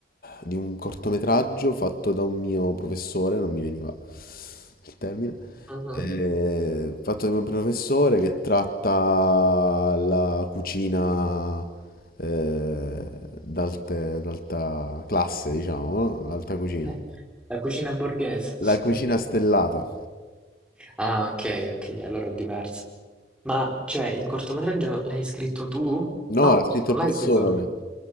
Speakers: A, on the left; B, in the centre.
A: di un cortometraggio fatto da un mio professore, non mi veniva il termine,
B: Mhm.
A: eh, fatto da un mio professore che tratta la cucina eh, d'alte- d'alta classe, diciamo, no? L'alta cucina.
B: Eh, La cucina borghese.
A: La cucina
B: <laughs>
A: stellata.
B: Ah, ok, ok, allora è diverso. Ma cioè, il cortometraggio l'hai scritto tu?
A: No,
B: No,
A: l'ha scritto
B: non
A: il
B: l'hai
A: professore.
B: scritto tu.